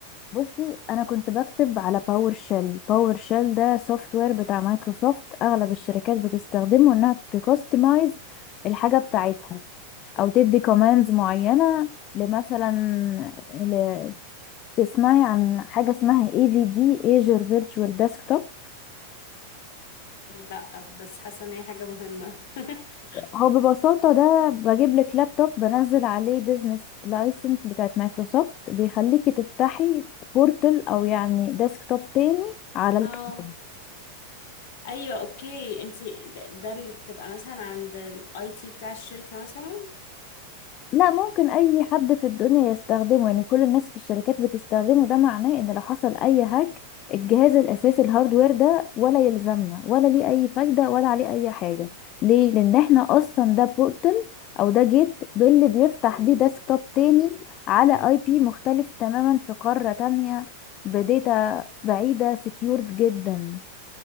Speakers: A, on the left; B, on the left.
A: بصي انا كنت بكتب على باور شيل باور شيل ده سوفت وير بتاع مايكروسوفت اغلب الشركات بتستخدمه انها تكستمايز الحاجه بتاعتها او تدي كوماندز معينه لمثلا ل... تسمعي عن حاجه اسمها اي في دي ايجر فيرتشوال ديسكتوب
B: لا بس حاسه ان هي حاجه مهمه <laughs>
A: هو ببساطه ده بجيب لك لابتوب بنزل عليه بيزنس لايسنس بتاعت مايكروسوفت بيخليكي تفتحي بورتل او يعني ديسكتوب تاني على الكلاود
B: اه ايوه اوكي انت ده, ده اللي بتبقى مثلا عند الاي تي بتاع الشركه مثلا
A: لا ممكن اي حد في الدنيا يستخدمه يعني كل الناس في الشركات بتستخدمه ده معناه ان لو حصل اي هاك الجهاز الاساسي الهاردوير ده ولا يلزمنا ولا ليه اي فايدة ولا عليه اي حاجة ليه لان احنا اصلا ده بورتل او ده جيت باللي بيفتح بيه ديسكتوب تاني على اي بي مختلف تماما في قارة تانية بداتا بعيدة سكيورد جدا